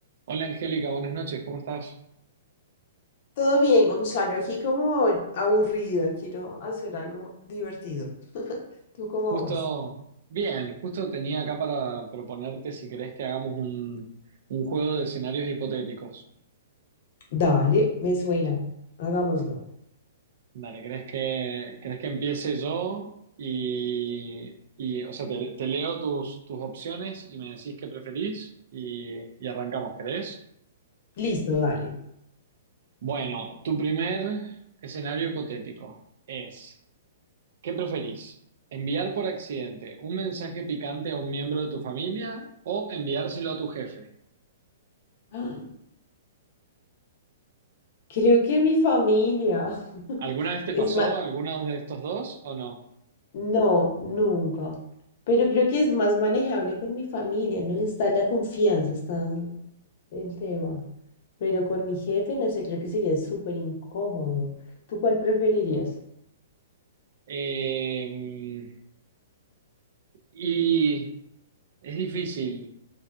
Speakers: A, on the right; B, on the left.
A: Hola Angélica, buenas noches, ¿cómo estás?
B: Todo bien, Gonzalo. Aquí como aburrida, quiero hacer algo divertido. <laughs> ¿Tú cómo
A: Justo,
B: vas?
A: bien, justo tenía acá para proponerte si querés que hagamos un, un juego de escenarios hipotéticos.
B: Dale, me suena. Hagámoslo.
A: Dale, ¿querés que, querés que empiece yo? Y, y, o sea, te, te leo tus, tus opciones y me decís qué preferís y, y arrancamos, ¿querés?
B: Listo, dale.
A: Bueno, tu primer escenario hipotético es... ¿Qué preferís? ¿Enviar por accidente un mensaje picante a un miembro de tu familia o enviárselo a tu jefe?
B: ¡Ah! Creo que mi familia <laughs>
A: ¿Alguna vez te
B: es
A: pasó
B: más...
A: alguno de estos dos o no?
B: no, nunca. Pero creo que es más manejable con mi familia, ¿no? Está la confianza, está el tema. Pero con mi jefe, no sé, creo que sería súper incómodo. ¿Tú cuál preferirías?
A: Eh, y es difícil.